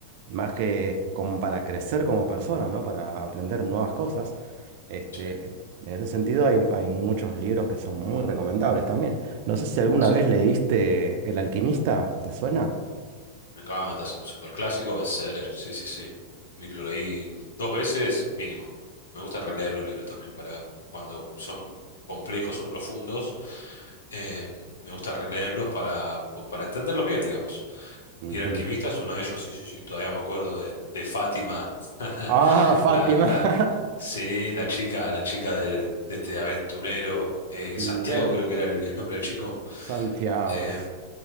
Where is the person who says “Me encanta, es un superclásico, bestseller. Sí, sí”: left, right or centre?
Left